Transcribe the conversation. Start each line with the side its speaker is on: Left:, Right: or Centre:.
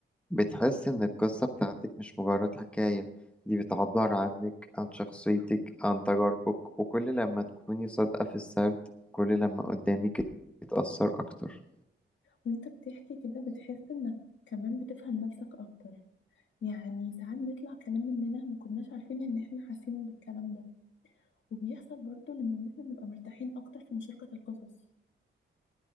Centre: بتحس إن القصة بتاعتك مش مجرد حكاية دي بتعبر عنك عن شخصيتك عن تجاربك وكل لما تكوني صادقة في السرد كل لما قدامك يتأثر أكتر
Left: وانت بتحكي كده بتحس انك كمان بتفهم نفسك اكتر يعني ساعات بيطلع كلام مننا ما كناش عارفين ان احنا حاسين بالكلام ده وبيحصل برضو لما احنا نبقى مرتاحين اكتر في مشاركة القصص